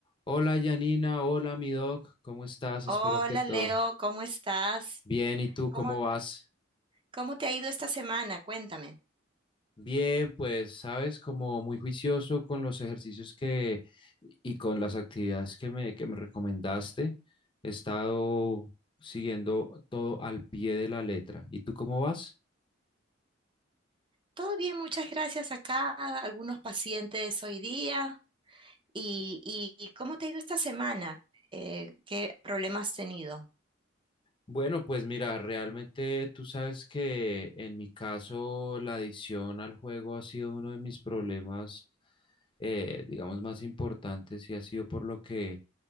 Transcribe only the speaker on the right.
Hola
Leo, ¿cómo estás?
¿Cómo,
cómo te ha ido esta semana? Cuéntame.
Todo bien, muchas gracias acá. Algunos pacientes hoy día. ¿Y, y- y cómo te ha ido esta semana? Eh, ¿qué problemas has tenido?